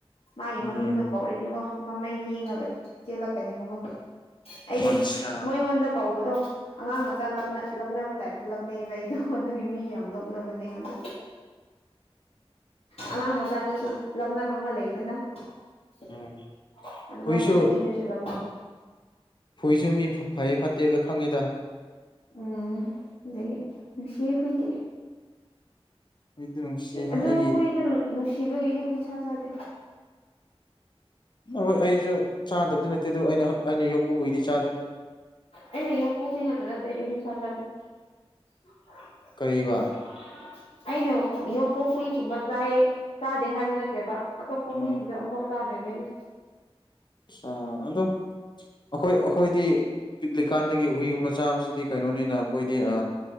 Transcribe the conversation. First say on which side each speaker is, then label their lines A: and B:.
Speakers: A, on the left (about 80°); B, on the left (about 50°).
A: ꯃꯥꯒꯤ
B: ꯎꯝ
A: ꯃꯃꯤꯡꯗꯣ ꯀꯧꯔꯗꯤꯒꯣ ꯃꯃꯩ ꯂꯦꯡꯉꯒ ꯆꯦꯜꯂꯛꯀꯅꯦꯕꯀꯣ ꯑꯩꯗꯤ
B: ꯑꯆꯥ
A: ꯃꯣꯏꯉꯣꯟꯗ ꯀꯧꯕꯗꯣ ꯑꯉꯥꯡ ꯃꯆꯥ ꯂꯞꯅꯦ ꯂꯛꯅꯕ ꯇꯥꯏꯞꯇ ꯂꯛꯅꯩꯑꯕ ꯑꯩꯗꯣ ꯑꯗꯨꯒꯤ ꯃꯤ ꯌꯥꯝ ꯅꯣꯛꯅꯕꯅꯦꯉꯣꯟꯗ ꯑꯉꯥꯡ ꯃꯆꯥꯗꯨꯁꯨ ꯂꯛꯅꯕ ꯑꯃ ꯂꯩꯗꯅ ꯑꯗꯨ
B: ꯎꯝ
A: ꯑꯗꯨ
B: ꯍꯨꯏꯁꯨ
A: ꯃꯥꯏꯅ ꯐꯨꯏꯔꯁꯨ ꯂ
B: ꯐꯨꯏꯁꯨ ꯃꯤ ꯐꯩꯌꯦ ꯐꯠꯇꯦꯕꯗꯣ ꯈꯪꯉꯤꯗ
A: ꯎꯝ ꯑꯗꯨꯗꯒꯤ ꯅꯨꯡꯁꯤꯦ ꯍꯨꯏꯗꯤꯦ
B: ꯍꯨꯏꯗꯤ ꯅꯨꯡꯁꯤ
A: ꯑꯗꯣ
B: ꯑꯩꯒꯤ
A: ꯍꯨꯏꯗ ꯅꯨꯡꯁꯤꯕꯒꯤ ꯑꯩꯗꯤ ꯍꯨꯏꯁꯥꯥ ꯆꯥꯗꯦ
B: ꯍꯣꯏ ꯑꯩꯁꯨ ꯆꯥꯗꯕꯗꯤ ꯅꯠꯇꯦ ꯑꯗꯨ ꯑꯩꯅ ꯑꯩꯅ ꯌꯣꯛꯄ ꯍꯨꯏꯗꯤ ꯆꯥꯗꯦ
A: ꯑꯩꯅ <unintelligible> <unintelligible>
B: ꯀꯔꯤꯕ
A: ꯑꯩꯅ ꯌꯣꯛꯄ ꯍꯨꯏꯒꯨꯝꯕ ꯆꯥꯏꯑ ꯆꯥꯗꯦ ꯍꯥꯏꯕ ꯅꯠꯇꯦꯕ ꯑꯇꯣꯞꯄ
B: ꯎꯝ
A: ꯍꯨꯏꯁꯤꯡꯁꯦ ꯑꯃꯨꯐꯥꯎ ꯀꯥꯗꯕꯩꯗꯤ
B: ꯑꯁꯥ ꯑꯗꯣ ꯑꯩꯈꯣꯏ ꯑꯩꯈꯣꯏꯗꯤ ꯄꯤꯛꯂꯤꯀꯥꯟꯗꯒꯤ ꯍꯨꯏꯒꯨꯝꯕ ꯆꯥꯕꯁꯤꯗꯤ ꯀꯩꯅꯣꯅꯤꯅ ꯑꯩꯈꯣꯏꯗꯤ ꯑ